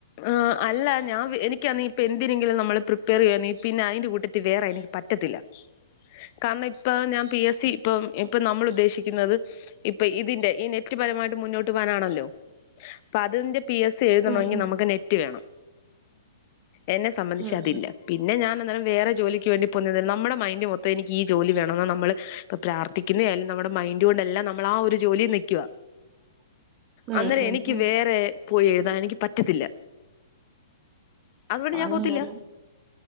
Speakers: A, on the left; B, on the right.
A: ആ അല്ല ഞാൻ എനിക്കാന്നെ ഇപ്പൊ എന്തിനെങ്കിലും നമ്മള് പ്രിപ്പയർ ചെയ്യുവാന്നെ പിന്നെ അതിന്റെ കൂട്ടത്തിൽ വേറെ എനിക്ക് പറ്റത്തില്ല കാരണം ഇപ്പൊ ഞാൻ പി എസ് സി ഇപ്പം ഇപ്പൊ നമ്മൾ ഉദ്ദേശിക്കുന്നത് ഇപ്പൊ ഇതിന്റെ ഈ നെറ്റ്പരമായിട്ട് മുന്നോട്ട് പോകാനാണല്ലോ അപ്പൊ അതിന്റെ പി എസ് സി എഴുതണമെങ്കി
B: ഉം ഉം
A: നമുക്ക് നെറ്റ് വേണം എന്നെ സംബന്ധിച്ച്
B: ഉം
A: അതില്ല പിന്നെ ഞാനന്നേരം വേറെ ജോലിക്ക് വേണ്ടി പോന്നതെ നമ്മുടെ മൈന്റ് മൊത് ത്തം എനിക്ക് ഈ ജോലി വേണമന്ന് നമ്മള് ഇപ്പ പ്രാർത്ഥിക്കുന്നേ ആയാലും നമ്മുടെ മൈൻഡ് കൊണ്ട് എല്ലാം നമ്മൾ ആ ഒരു ജോലി നിക്കുവാ
B: <inaudible> ഉം
A: അന്നേരം
B: ഉം ഉം
A: എനിക്ക്
B: ഉം
A: വേറെ പോയി എഴുതാൻ എനിക്ക് പറ്റത്തില്ല അതുകൊണ്ട് ഞാൻ
B: അങ്ങനെ
A: പോകത്തില്ല